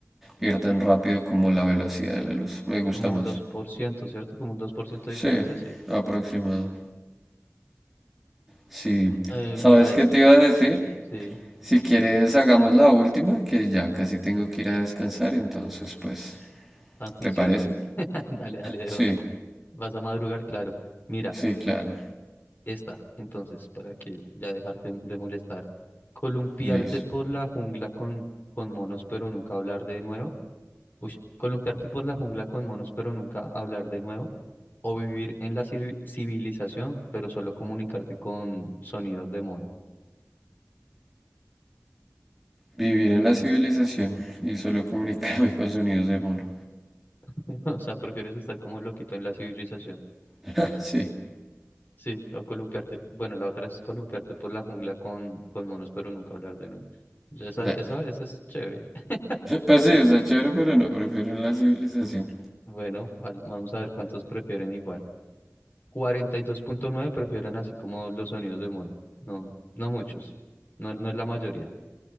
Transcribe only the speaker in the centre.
ir tan rápido como la velocidad de la luz. Me gusta
más.
Sí,
aproximado. Sí.
¿Sabes
qué te iba a decir?
Si quieres, hagamos la última, que ya casi tengo que ir a descansar, entonces, pues,
¿te parece?
Sí,
sí, claro.
Listo.
Vivir en la civilización y solo comunicarme con sonidos de mono.
<laughs> Sí.
Nah.
Pues sí, está chévere, pero no, prefiero en la civilización.